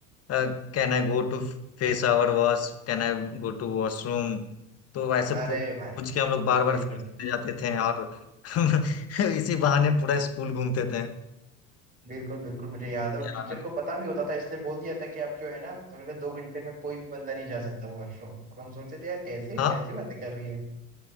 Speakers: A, on the left (about 35°); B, on the right (about 20°).
A: can I go to face our wash can I go to washroom तो ऐसे पू-
B: अरे भाई
A: पूछ के हम लोग बार बार
B: बिल्कुल
A: फेस करते जाते थे और <laughs> इसी बहाने पूरा स्कूल घूमते थे
B: बिल्कुल बिल्कुल मुझे याद है और
A: यार
B: टीचर को पता भी होता था इसलिए बोल दिया था कि आप जो है ना अगले दो घंटे में कोई भी बंदा नहीं जा सकता वॉशरूम और हम सोचते थे यार कैसे
A: हाँ
B: कैसी बातें कर रही है